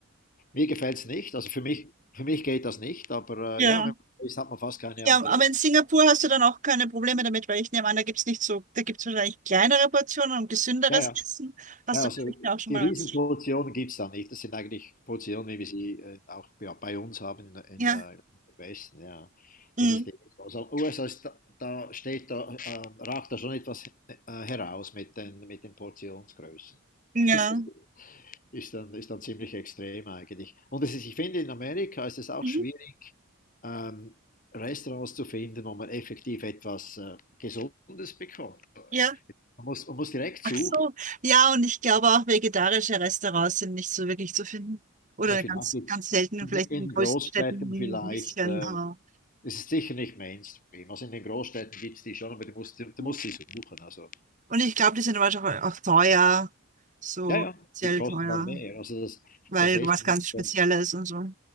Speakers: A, on the left (about 40°); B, on the right (about 35°).
A: Mir gefällt es nicht. Also für mich, für mich geht das nicht, aber
B: Ja.
A: äh, ja, wenn man so ist, hat man fast keine
B: Ja,
A: andere.
B: aber in Singapur hast du dann auch keine Probleme damit, weil ich nehme an, da gibt's nicht so, da gibt's wahrscheinlich kleinere Portionen und gesünderes
A: Ja, ja.
B: Essen. Hast
A: Ja, also
B: du vielleicht auch schon
A: die
B: mal
A: Riesenpositionen
B: was?
A: gibt es da nicht. Das sind eigentlich Positionen, wie wir sie äh, auch ja, bei uns haben in, in,
B: Ja.
A: äh, im Westen. Ja.
B: Mhm.
A: Das ist eben so. Also USA ist da, da steht da, äh, ragt da schon etwas äh, heraus mit den, mit den Portionsgrößen.
B: Ja.
A: <laughs> Das ist dann, ist dann ziemlich extrem eigentlich. Und es ist, ich finde, in Amerika ist es auch
B: Mhm.
A: schwierig. ähm, Restaurants zu finden, wo man effektiv etwas äh, Gesundes bekommt.
B: Ja.
A: Man muss, man muss direkt
B: Ach
A: suchen.
B: so, ja, und ich glaube auch vegetarische Restaurants sind nicht so wirklich zu finden. Oder
A: Ja, vielleicht
B: ganz,
A: jetzt
B: ganz selten und
A: in,
B: vielleicht
A: den- in
B: in den größten
A: den Großstädten
B: Städten ein
A: vielleicht.
B: bisschen,
A: Äh,
B: aber.
A: es ist sicher nicht Mainstream. Also in den Großstädten gibt es die schon, aber du musst, du
B: Und
A: musst sie suchen. Also,
B: ich glaube, die sind aber auch, auch teuer, so
A: ja, ja,
B: sehr
A: die kosten
B: teuer,
A: dann mehr. Also das,
B: weil
A: das Essen
B: was ganz
A: ist
B: Spezielles
A: dann
B: und so.